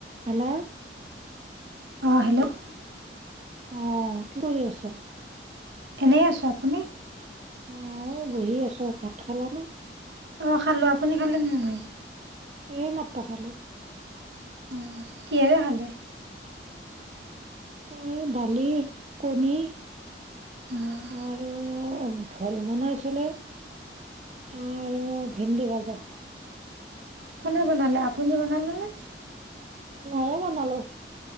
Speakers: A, on the right; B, on the right.
A: Hello,
B: অহ', hello,
A: অ কি কৰি আছা?
B: এনে আছো, আপুনি?
A: অহ ', বহি আছো ভাত খালা নে?
B: অহ ', খালো আপুনি খালে নে নাই?
A: এই মাত্ৰ খালো।
B: অঁ কিহেৰে খালে?
A: এ দালি, কণী।
B: অঁ
A: আৰু ভল বনাইছিলে আৰু ভেন্দি ভাজা।
B: কোনে বনালে, আপুনি বনালে নে? <unintelligible>
A: মইয়ে বনালো।